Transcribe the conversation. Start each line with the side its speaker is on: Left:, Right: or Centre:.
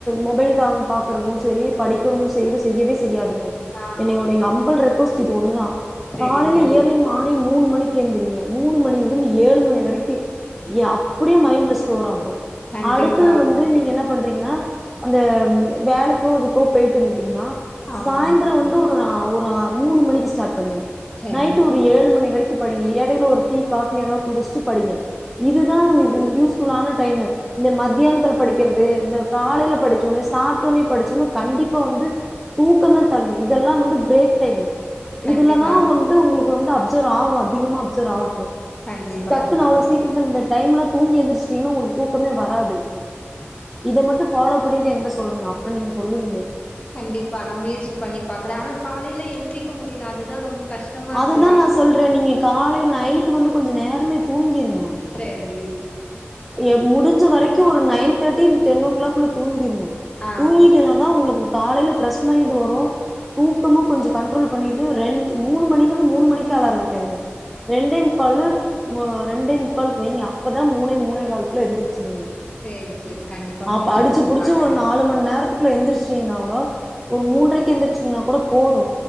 Centre: மொபைல் தா பாக்கறது செரி படிக்கிறது செரி செய்யவே செய்யாதுங்க
Left: ஆ
Centre: என்னை உன்னை அம்புல் ரெக்வஸ்ட் இது ஒண்ணுதா
Left: சரி,
Centre: காலைல
Left: சரி.
Centre: இயர்லிங் மார்னிங் மூணு மணிக்கி எந்தி நீங்க மூணு மணிலருந்து ஏழு மணி வரைக்கி ஏ அப்டியே மைண்ட்ல ஸ்டோர் ஆகு
Left: கண்டிப்பா
Centre: அடுத்தது வந்து நீங்க என்னப் பிட்றீங்கனா அந்த வேலைக்கோ இதுக்கோ போயிட்டு இருந்துட்டீங்கனா
Left: ஆமா
Centre: சாய்ந்திர வந்து ஒரு அ ஒரு அ மூணு மணிக்கு ஸ்டார்ட் பண்ணுங்க
Left: சரி
Centre: நைட் ஒரு ஏழு மணி வரைக்கு படிங்க எடைல ஒரு டீ காபி ஏதாது குடிச்ட்டு படிங்க இதுதா இது யூஸ்ஃபுல்லான டைமு இந்த மத்தியானத்துல படிக்கிறது இந்த காலைல படிச்சோனே சாப்ட்டோனே படிச்சோங் கண்டிப்பா வந்து தூக்கந்தா தள்ளு இதெல்லா வந்து பிரேக் டைமு
Left: கண்டிப்பா
Centre: இதுலநா வந்து உங்ளுக்கு வந்து அப்சர்வ் ஆகு அதிகமா அப்சர்வ் ஆகு
Left: கண்டிப்பா
Centre: டக்குன்னு
Left: கண்டிப்பா
Centre: அவ்ளோ சீக் இன்னு இந்த டைம்ல தூங்கி எழுந்துரிச்சிட்டீங்னா உங்ளுக்கு தூக்கமே வராது இத மட்டு ஃபாலோ பண்ணிட்டு எங்கிட்ட சொல்லுங்க அப்றோ நீங்க சொல்லுவீங்க
Left: கண்டிப்பா நா முயற்சி பண்ணி பாக்ற ஆனா காலில எந்திரிக்க முடில அதுதா ரொம்ப கஷ்டமா
Centre: அதுதா
Left: இருக்கு அ
Centre: நா சொல்ற நீங்க காலைல நைட் வந்து கொஞ்சோ நேரமே தூங்கிருங்க
Left: சேரி
Centre: எ முடிஞ்ச வரைக்கு ஒரு நைன் தேர்ட்டி டென் ஓ கிளாக்குள்ள தூங்கிருங்க
Left: ஆ
Centre: தூங்கிட்டு எழுந் தா உங்கக்கு காலைல ஃபிரெஷ் மைண்ட் வரு தூக்கமு கொஞ்ச கண்ட்ரோல் பண்ணிட்டு ரெண் மூணு மணிங்கிறது மூணு மணிக்கு அலார வெக்காதீங்க ரெண்டே முக்காலு ரெண்டே முக்காலுக்கு வைங்க அப்பதா மூணே மூணு மூணே காலுக்குள்ள எந்திரிச்சிருவீங்
Left: சரி சரி கண்டிப்பா
Centre: அப்
Left: முயற்சி
Centre: அடிச்சி
Left: பண்ணி
Centre: புடிச்சி
Left: பாக்குறே
Centre: ஒரு நாலு மண் நேரத் துல எந்திரிச்சிங்னா கூட ஒரு மூன்றரைக்கு எந்திரிச்சிங்னா கூட போது